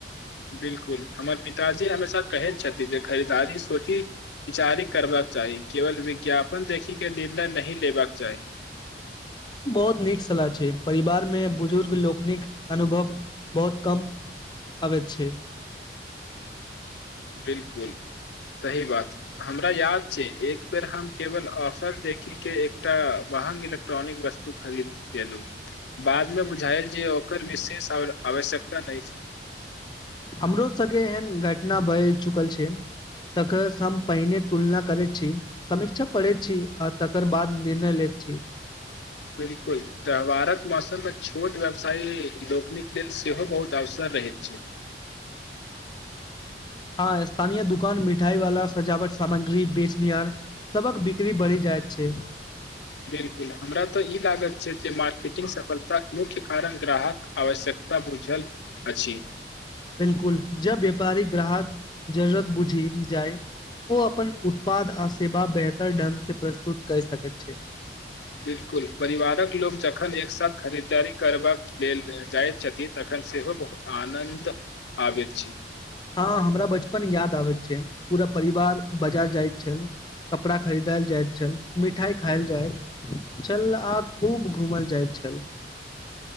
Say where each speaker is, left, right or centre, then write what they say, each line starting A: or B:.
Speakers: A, on the left; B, on the left.
A: बिल्कुल हमर पिताजी हमेशा कहैत छथि जे खरीदारी सोची विचारि करबाक चाही केवल विज्ञापन देखिक क निर्णय नहि लेबाक चाही
B: बहुत नीक सलाह छै परिवार मे बुजुर्ग लोकनिक अनुभव बहुत कम आबैत छै
A: बिल्कुल सही बात हमरा याद छै एक बेर हम केवल ऑफर देखिके एकटा वह इलेक्ट्रॉनिक वस्त तू खरीद लेलू बाद मे बुझायल जे ओकर निशेष आवश्यकता नहि छै
B: हमरो सगे एहन घटना बहि चुकल छै तकर सँ हम पहिने तुलना करै छी समीक्षा पढ़ैत छी आ तकर बाद निर्णय लेत छी
A: बिलकुल त्योवारक मौसम मे छोट व्यवसायी लोकनिक लेल सेहो बहुत अवसर रहैत छै
B: हँ स्थानीय दुकान मिठाई वाला सजावट सामग्री बेचनिहार सबक बिक्री बरि जायत छै
A: बिलकुल हमरा तऽ ई लागत छै जे मार्कटिंग सफलताक मुख्य कारण ग्राहक आवश्यकता बूझल अछि
B: बिलकुल ज व्यापारी ग्राहक जरूरक बुझी जाय ओ अपन उत्पाद आ सेवा बेहतर ढंग से प्रस्तुत कर सकैत छै
A: बिल्कुल परिवारक लोक जखन एक साथ खरीदारी करबाक लेल जाइत छथिन तखन सेहो बहुत आनन्द आबैत छै
B: हँ हमरा बचपन याद आबैत छै पूरा परिवार बाजार जाइत छल कपड़ा खरीदायल जाइत छल मिठाई खायएल जाइत छल आ खूब घूमल जाइल छल